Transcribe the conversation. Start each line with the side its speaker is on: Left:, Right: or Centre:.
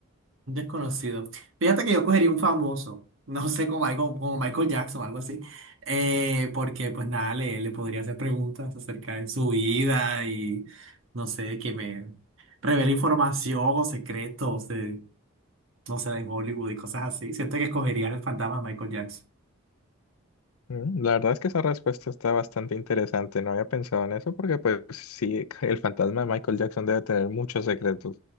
Right: Un desconocido. Fíjate que yo cogería un famoso, no sé, como, algo, como Michael Jackson o algo así, eh, porque pues nada, le, le podría hacer preguntas acerca de su vida y no sé, que me revele información o secretos de, no sé, de Hollywood y cosas así. Siento que escogería el fantasma de Michael Jackson.
Left: Mm, La verdad es que esa respuesta está bastante interesante. No había pensado en eso porque, pues, sí, <laughs> el fantasma de Michael Jackson debe tener muchos secretos,